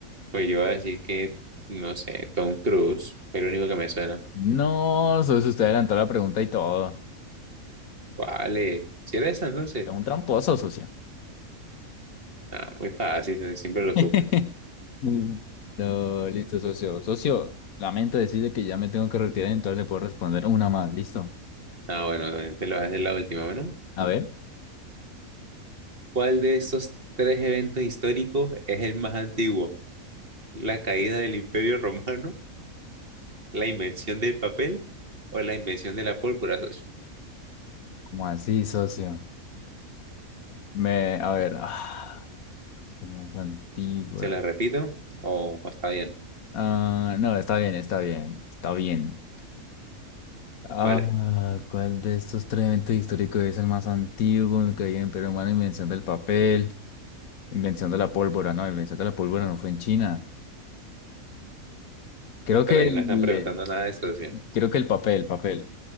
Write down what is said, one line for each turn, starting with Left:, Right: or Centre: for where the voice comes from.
Right: pues yo voy a decir que, no sé, Tom Cruise, fue lo único que me suena.
Left: No, socio, usted adelantó la pregunta y todo.
Right: ¿Cuál es? ¿Si era esa entonces?
Left: Es un tramposo, socio.
Right: Ah, muy fácil, siempre lo
Left: <laughs>
Right: supe.
Left: No, listo, socio. Socio, lamento decirle que ya me tengo que retirar, entonces le puedo responder una más, ¿listo?
Right: Ah, bueno, te lo voy a hacer la última, bueno.
Left: A ver,
Right: ¿Cuál de estos tres eventos históricos es el más antiguo? ¿La caída del Imperio Romano, la invención del papel o la invención de la pólvora, socio?
Left: ¿cómo así, socio? Me, a ver, ah, este no es antiguo.
Right: ¿Se la repito? O o está bien,
Left: Ah, no, está bien, está bien, está bien. Ah,
Right: vale.
Left: ¿cuál de estos tres eventos históricos es el más antiguo? Me caí en Imperio Romano, invención del papel, invención de la pólvora, no, invención de la pólvora no fue en China. Creo que
Right: Pero ahí
Left: el,
Right: no están preguntando
Left: eh,
Right: nada de eso, socio.
Left: creo que el papel, papel,